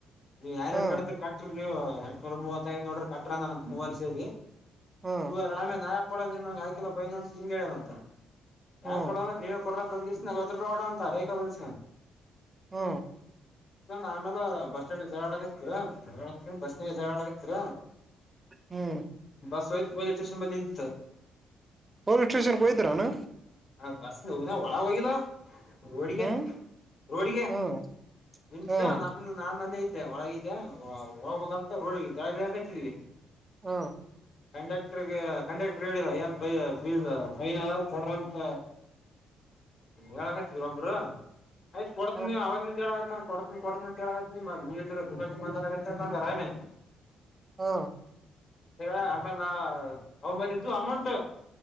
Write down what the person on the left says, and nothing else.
ನೀವು ಯಾರ
ಕತರಿ ಕಟ್ರಿ ನೀವು ಎಂಟನೂರ ಮೂವತ್ತು ನೋಡ್ರಿ ಕಟ್ರ ಅನ ಮೂವಾರಿ ಸೇರಿ
ಇವಾಗ ರಾಮ್ಯ ನಾಯಕ್ ಕೊಡಂದ್ರೆ ನಗೆ ಆಕ್ರಿ ಫೈನ್ ಇಂಗೆ ಹೇಳವನಂತೆ
ಯಾಕ ಕೊಡ ನೀವ ಕೊಡ್ರಂತಂದಗಸ ನಲ್ವ ರೂಪಾಯಿ ಕೊಡ ಅಂತ ಅ ರೇಕ ಬಸ
ಆಮೇಲೆ ಬಸ್ ಸ್ಟ್ಯಾಂಡ್ ಜಗಾಡ ಆಕತ್ತ ಬಸ್ ಝರಡಕತ್ತರ
ಬಸ್ ಒಯ್ತು ಪೊಲೀಸ್ ಸ್ಟೇಷನ್ ಬಂದಿ ನಿಂತ್
ಹ ಬಸ್ ನೋ ವಿನ ಒಳಗ ಹೋಗಿಲ್ಲ ರೋಡಿಗೆ
ರೋಡಿಗೆ
ಇಂಷ್ಟ
ನಾನು ನಾನಲ್ಲೇ ಇದ್ದೆ ಒಳಗಿದ್ದೆ ಹೋಗ್ಬೇಕಂತ ರೋಡಿಗೆ ಕೆಳಗೆ ಇಳಿಯಕಾತಿದ್ವಿ
ಕಂಡಕ್ಟರ್ಗೆ ಕಂಡಕ್ಟರ್ ಹೇಳಿರಾ ಏನ್ ಫೀಸ್ ಫೈನ್ ಏನಾದ್ರೂ ಕೊಡ್ರಂತ ಹೇಳಕತ್ತ ಒಬ್ಬರು ಆಯ್ತ ಕೊಡ್ಡತಿನಿ
ನೀವುವಾಗಲಿಂದ ಹೇಳ. ಕೊಡ್ತೀನಿ ಕೊಡ್ತೀನಿ ಅಂತ ಹೇಳತಿನಿ ನೀವ ಇದ್ರ ದುಮಿ ಮಾತಾಡ ಅಂತಂದ್ರ ಆರಾಮೆ
ಹ ಆಕಲ್ಲ ಅವನು ಬಂದಿದ್ದು ಅಮೌಂಟ್